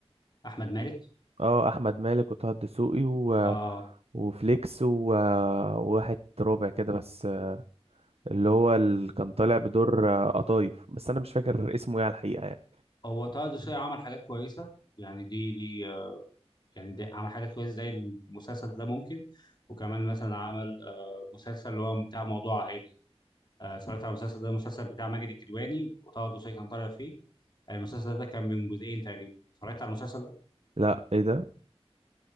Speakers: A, on the left; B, on the right.
A: احمد مالك
B: اه احمد مالك وطه الدسوقي و...
A: اه
B: وفليكس و... وواحد ربع كده بس اللي هو اللي كان طالع بدور قطايف بس انا مش فاكر اسمه ايه على الحقيقه يعني
A: هو طه الدسوقي عمل حاجات كويسه يعني دي دي آه، يعني دي عمل حاجات كويسه زي المسلسل ده ممكن وكمان مثلا عمل آه، مسلسل اللي هو بتاع موضوع عائلي آه، اتفرجت على المسلسل ده المسلسل بتاع ماجد الكدواني وطه الدسوقي كان طالع فيه آه، المسلسل ده كان من جزئين تقريبا اتفرجت على المسلسل ده
B: لا ايه ده